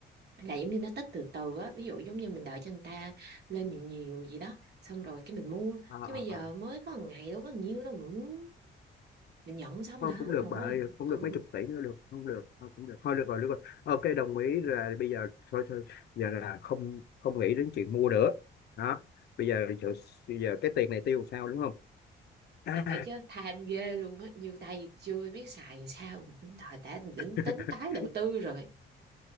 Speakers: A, on the right (about 55°); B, on the left (about 55°).
A: là giống như nó tích từ từ á ví dụ giống như mình đợi cho người ta lên nhiều nhiều gì đó xong rồi cái mình mua
B: Ờ,
A: chứ
B: ờ,
A: bây giờ
B: ờ.
A: mới có một ngày đâu có nhiều đâu mà muốn mình nhận xong
B: thôi
A: là hết
B: cũng được
A: rồi
B: bà ơi cũng
A: ừ
B: được mấy chục tỷ nữa được không được thôi cũng được thôi được rồi được rồi ok đồng ý là bây giờ thôi thôi giờ là không không nghĩ đến chuyện mua nữa đó bây giờ giờ, giờ cái tiền này tiêu làm sao đúng không à,
A: thiệt cái chứ tham ghê luôn á nhiêu tay chưa biết xài làm sao thời đã đến
B: <laughs>
A: tính tái đầu tư rồi